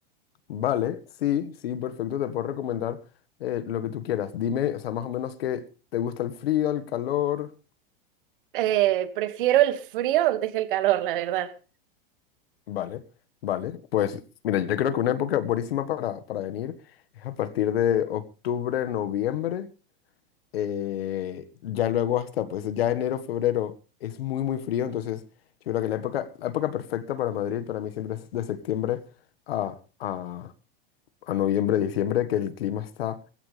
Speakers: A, on the left; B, on the right.
A: Vale, sí, sí, perfecto, te puedo recomendar eh, lo que tú quieras. Dime, o sea, más o menos qué te gusta el frío, el calor.
B: Eh, prefiero el frío antes que el calor, la verdad.
A: Vale, vale, pues mira, yo creo que una época buenísima para, para venir es a partir de octubre, noviembre, eh, ya luego hasta, pues ya enero, febrero es muy, muy frío, entonces yo creo que la época, la época perfecta para Madrid para mí siempre es de septiembre a, a, a noviembre, diciembre, que el clima está